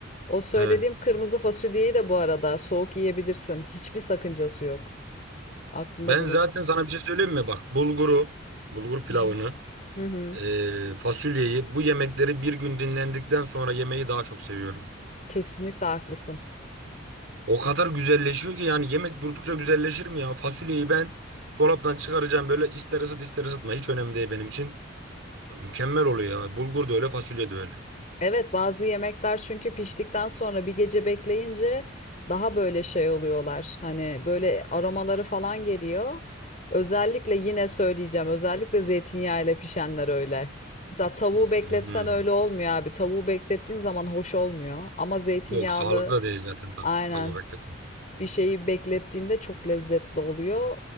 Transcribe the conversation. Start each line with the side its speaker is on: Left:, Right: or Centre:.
Left: o söylediğim
Right: e, he,
Left: kırmızı fasulyeyi de bu arada soğuk yiyebilirsin. Hiçbir sakıncası yok. Aklında
Right: ben
Left: bulunsun.
Right: zaten sana bir şey söyleyeyim mi? Bak bulguru, bulgur pilavını,
Left: Hı hı. Hı hı.
Right: e, fasulyeyi bu yemekleri bir gün dinlendikten sonra yemeyi daha çok seviyorum.
Left: Kesinlikle haklısın.
Right: O kadar güzelleşiyor ki yani yemek durdukça güzelleşir mi ya? Fasulyeyi ben dolaptan çıkaracağım böyle ister ısıt ister ısıtma hiç önemli değil benim için. Ya mükemmel oluyor ya. Bulgur da öyle fasulye de öyle.
Left: Evet bazı yemekler çünkü piştikten sonra bir gece bekleyince daha böyle şey oluyorlar. Hani böyle aromaları falan geliyor. Özellikle yine söyleyeceğim özellikle zeytinyağı ile pişenler öyle. Mesela tavuğu bekletsen
Right: Hmm.
Left: öyle olmuyor abi. Tavuğu beklettiğin zaman hoş olmuyor. Ama zeytinyağlı
Right: Yok sağlıklı da değil zaten ta
Left: aynen
Right: tavuğu bekletmek.
Left: bir şeyi beklettiğinde çok lezzetli oluyor.